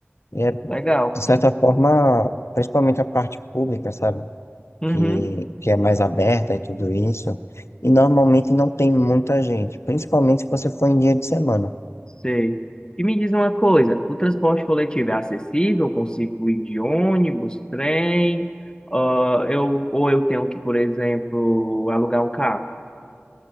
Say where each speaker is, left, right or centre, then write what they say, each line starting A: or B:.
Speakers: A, on the left; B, on the left.
A: E é,
B: Legal.
A: de certa forma, principalmente a parte pública, sabe?
B: Uhum.
A: Que, que é mais aberta e tudo isso. E normalmente não tem muita gente, principalmente se você for em dia de semana.
B: Sei. E me diz uma coisa, o transporte coletivo é acessível? Eu consigo ir de ônibus, trem? ah, eu, ou eu tenho que, por exemplo, alugar um carro?